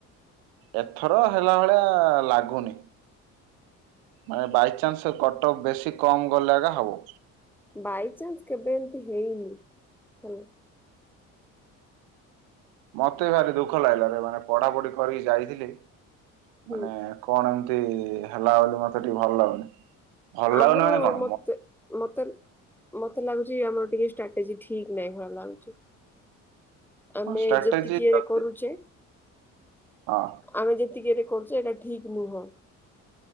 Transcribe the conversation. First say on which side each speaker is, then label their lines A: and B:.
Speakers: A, on the right; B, in the centre.
A: ଏଥର ହେଲା ଭଳିଆ ଲାଗୁନି ମାନେ ବାଇଚାନ୍ସ କଟକ ବେଶୀ କମ ଗଲେ ଆଗା ହବ।
B: ବାଇଚାନ୍ସ କେବେ ଏମିତି ହେଇନି ହେଲା
A: ମତେ ଭାରି ଦୁଃଖ ଲାଗିଲା ରେ ମାନେ ପଢାପଢି କରିକି ଯାଇଥିଲି
B: ହୁଁ
A: ମାନେ କଣ <unintelligible> ଏମିତି ହେଲା ବୋଲି ମତେ ଟିକେ ଭଲ ଲାଗୁନି। ଭଲ
B: ଆମର
A: ଲାଗୁନି ମାନେ କଣ
B: ମତେ ମତେ ମତେ ଲାଗୁଚି ଆମର ଟିକେ ଷ୍ଟ୍ରାଟେଜି ଠିକ ନାଇଁ ଭଳିଆ ଲାଗୁଛି। ଆମେ
A: ଷ୍ଟ୍ରାଟେଜି
B: ଯେତିକିରେ
A: ଯଦି
B: ବି କରୁଛେ
A: ହଁ
B: ଆମେ ଯେତିକିରେ କରୁଛେ ଏଇଟା ଠିକ ନୁହଁ।